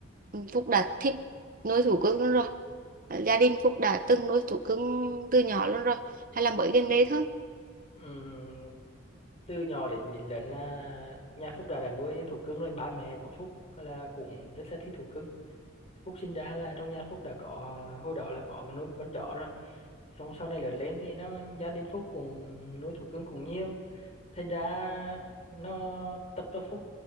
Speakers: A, on the right (about 40°); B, on the left (about 30°).
A: Phúc đã thích nuôi thú cưng luôn rồi gia đình Phúc đã từng nuôi thú cưng từ nhỏ luôn rồi hay là mới gần đây thôi
B: Ừm, từ nhỏ đến đến lớn là nhà Phúc đã đã nuôi thú cưng rồi ba mẹ của Phúc là cũng rất là thích thú cưng Phúc sinh ra là trong nhà Phúc đã có à, hồi đó là có nuôi một con chó rồi xong sau này lớn lên thì nó gia đình Phúc cũng nuôi thú cưng cũng nhiều thành ra nó tập cho Phúc